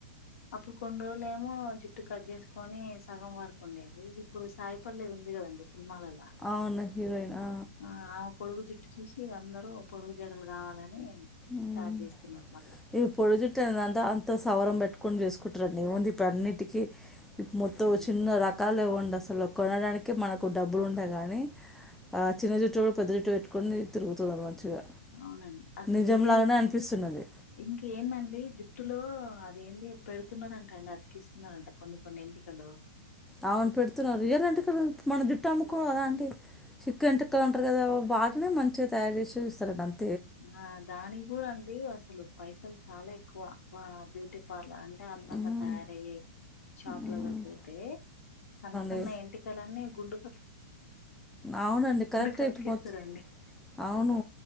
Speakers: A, on the left; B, in the centre.
A: అప్పుడు కొన్ని రోజులు ఏమో జుట్టు కట్ చేసుకని సగం వరకు ఉండేది ఇప్పుడు సాయి పల్లవి ఉంది కదండి సినిమాలల్లో
B: అవును హీరోయిన్ ఆ,
A: ఆ పొడుగు జుట్టు చూసి అందరు పొడుగు జడలు కావాలని
B: ఉమ్.
A: స్టార్ట్ చేస్తున్నారు మళ్ళా
B: ఇవి పొడుగు జుట్టు అంత సవరం పెట్టుకని చేసుకుంటారండి ఏమంది ఇప్పుడు అన్నిటికీ మొత్తం
A: ఉమ్,
B: చిన్న రకాలు ఇవ్వండి అసలు కొనడానికి మనకు డబ్బులు ఉండే కానీ ఆ చిన్న జుట్టు కూడా పెద్ద జుట్టు పెట్టుకొని తిరుగుతది మంచిగా
A: అవునండి అసలు
B: నిజంలాగానే
A: ఏది
B: అనిపిస్తున్నది
A: ఇంకా ఏందండి జుట్టులో అదేంది పెడుతున్నారంట అండి అతికిస్తున్నారంట కొన్ని కొన్ని ఎంటికలు
B: అవును పెడుతున్నారు రియలంట కదా మన జుట్టు అమ్మకు అలాంటి చిక్కే ఎంటీకలు అంటారు కదా వాటినే మంచిగా తయారు చేసి ఇస్తార అంట
A: ఆ దానికి కూడా అండి అసలు పైసలు చాలా ఎక్కువ బా బ్యూటీ పార్లర్ అ టె అందంగా
B: ఉమ్,
A: తయారయ్యే షాప్లలోకి
B: ఉమ్,
A: పోతే సన్న సన్న
B: అవునండి
A: ఎంటికలన్నీ గుండుక
B: అవునండి కరెక్ట్
A: కతికిస్తారండి
B: ఏ ఇప్పుడు మొత్తం అవును